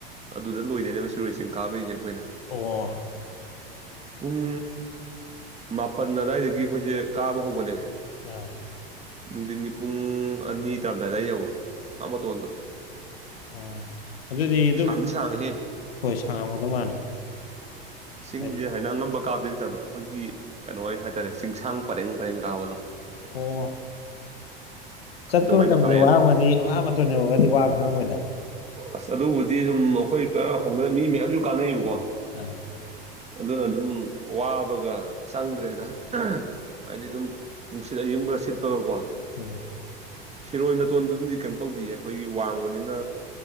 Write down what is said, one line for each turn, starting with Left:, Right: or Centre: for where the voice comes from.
Right: ꯑꯗꯨꯗ ꯂꯣꯏꯗꯣꯏꯅꯦꯕ ꯁꯤꯔꯣꯏ ꯆꯤꯡ ꯀꯥꯕꯩꯁꯦ ꯑꯩꯈꯣꯏꯅ
Left: ꯑꯣ
Right: ꯄꯨꯡ ꯃꯥꯄꯟ ꯑꯗꯥꯏꯗꯒꯤ ꯑꯩꯈꯣꯏꯁꯦ ꯀꯥꯕ ꯍꯧꯕꯅꯦ
Left: ꯑ
Right: ꯅꯨꯡꯗꯤꯟꯒꯤ ꯄꯨꯡ ꯑꯅꯤ ꯇꯥꯔꯝꯗꯥꯏꯗ ꯌꯧꯋꯦ ꯑꯥ ꯃꯇꯣꯟꯗꯣ
Left: ꯎꯝ ꯑꯗꯨꯗꯤ ꯑꯗꯨꯝ
Right: ꯁꯥꯡꯗꯤ ꯁꯥꯡꯉꯤꯍꯦ
Left: ꯍꯣꯏ ꯁꯥꯡꯉꯝꯒꯗ ꯃꯥꯜꯂꯦ
Right: ꯆꯤꯡꯁꯦ
Left: ꯍꯥꯏꯗꯤ
Right: ꯍꯥꯏꯅ ꯑꯉꯝꯕ ꯀꯥꯕꯗꯤ ꯅꯠꯇꯕ ꯑꯩꯈꯣꯏꯒꯤ ꯀꯩꯅꯣ ꯍꯥꯏꯇꯥꯔꯦ ꯆꯤꯡꯁꯥꯡ ꯄꯔꯦꯡ ꯄꯔꯦꯡ ꯀꯥꯕꯗꯣ
Left: ꯑꯣ ꯆꯠꯄ
Right: ꯑꯗꯨꯃꯥꯏꯅ
Left: ꯃꯇꯝꯗꯗꯤ
Right: ꯀꯥꯏꯌꯦꯕ
Left: ꯋꯥꯔꯝꯒꯅꯤ ꯑꯥ ꯃꯇꯣꯟ ꯌꯧꯔꯒꯗꯤ ꯋꯥ ꯈꯪꯉꯝꯃꯣꯏꯗ
Right: ꯑꯁ ꯑꯗꯨꯕꯨꯗꯤ ꯁꯨꯝ ꯑꯩꯈꯣꯏ ꯄꯥ ꯍꯧꯅ ꯃꯤ ꯃꯌꯥꯝꯁꯨ ꯀꯥꯟꯅꯩꯕꯀꯣ
Left: ꯑꯥ
Right: ꯑꯗꯨꯅ ꯑꯗꯨꯝ ꯋꯥꯕꯒ ꯆꯪꯗ꯭ꯔꯦꯗ ꯍꯥꯏꯗꯤ ꯑꯗꯨꯝ ꯅꯨꯡꯁꯤꯠ ꯑꯋꯤꯡꯕ ꯁꯤꯠꯄꯒꯀꯣ
Left: ꯎꯝ
Right: ꯁꯤꯔꯣꯏ ꯃꯇꯣꯟꯗꯨꯝꯗꯤ ꯀꯩꯝ ꯇꯧꯗꯤꯌꯦ ꯑꯩꯈꯣꯏꯒꯤ ꯋꯥꯡꯕꯅꯤꯅ